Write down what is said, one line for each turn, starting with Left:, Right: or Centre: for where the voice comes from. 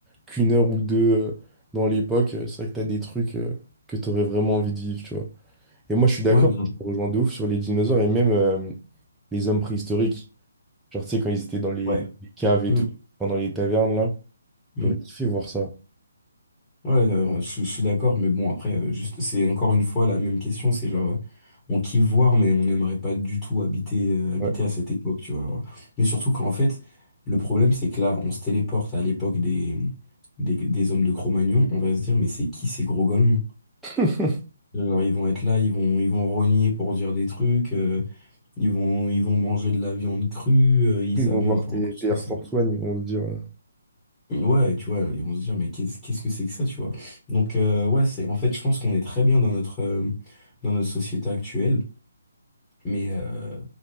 Centre: qu'une heure ou deux euh, dans l'époque. euh, C'est vrai que tu as des trucs euh, que tu aurais vraiment envie de vivre, tu vois. Et moi, je suis d'accord,
Left: Ouais, vraiment.
Centre: je te rejoins de ouf sur les dinosaures et même euh, les hommes préhistoriques. Genre, tu sais, quand ils étaient dans les,
Left: Ouais.
Centre: les caves et
Left: Mm,
Centre: tout, pendant les tavernes, là,
Left: mm.
Centre: j'aurais kiffé voir ça.
Left: Ouais, euh, ouais, je, je suis d'accord, mais bon, après, euh, juste, c'est encore une fois la même question, c'est genre, euh, on kiffe voir, mais on n'aimerait pas du tout habiter, euh, habiter
Centre: Ouais.
Left: à cette époque, tu vois. Alors, Mais surtout qu'en fait, le problème, c'est que là, on se téléporte à l'époque des, des, des hommes de Cro-Magnon, on va se dire, mais c'est qui ces gros golemons?
Centre: <laughs>
Left: Alors, ils vont être là, ils vont, ils vont rogner pour dire des trucs, euh, ils vont, ils vont manger de la viande crue, euh, ils
Centre: Ils
Left: savent
Centre: vont voir
Left: même pas
Centre: tes,
Left: encore ce
Centre: tes
Left: que
Centre: Air
Left: c'est.
Centre: Force One, ils vont se dire, euh,
Left: Ouais, tu vois, ils vont se dire mais qu'est-ce qu'est-ce que c'est que ça, tu vois? Donc, euh, ouais, c'est, en fait, je pense qu'on est très bien dans notre, euh, dans notre société actuelle, mais, euh,